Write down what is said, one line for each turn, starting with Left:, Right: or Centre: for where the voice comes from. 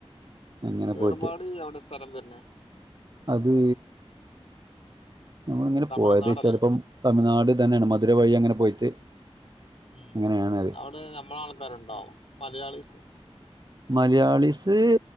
Right: അങ്ങനെ
Left: ഏർവാടി
Right: പോയിട്ട്
Left: എവിടെ സ്ഥലം വര്ണെ
Right: അത് നമ്മള്ങ്ങനെ
Left: തമിഴ്നാടല്ലേ
Right: പോയത് ചിലപ്പം തമിഴ്നാട് തന്നെയാണ് മധുര വഴി അങ്ങനെ പോയിട്ട്
Left: ഉം
Right: അങ്ങനെയാണ് അത്
Left: അവിടെ നമ്മള ആൾക്കാരുണ്ടാവോ മലയാളീസ്
Right: മലയാളിസ്